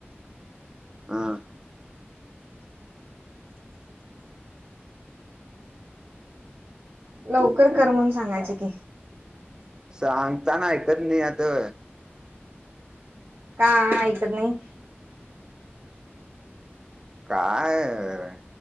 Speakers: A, on the right; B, on the right.
A: हां
B: लवकर कर म्हणून सांगायच की?
A: सांगताना ऐकत नाही आता.
B: का ऐकत नाही?
A: काय